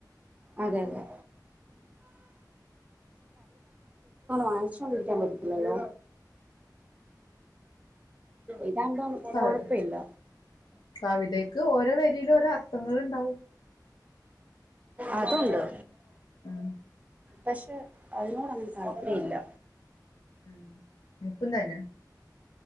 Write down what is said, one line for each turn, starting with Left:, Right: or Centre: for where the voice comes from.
Right: അതെയതെ വായിച്ചുകൊണ്ടിരിക്കാൻ പറ്റത്തില്ലല്ലോ ഇതാകുമ്പം കൊഴപ്പമില്ല
Left: ആ കവിതയ്ക്ക് ഓരോ വരിയിലും ഓരോ അർത്ഥങ്ങൾ ഉണ്ടാവും
Right: അതുണ്ട്
Left: ഉം
Right: പക്ഷെ അതിനോട് അങ്ങനെ താല്പര്യമില്ല
Left: ഉം എനിക്കും തന്നെ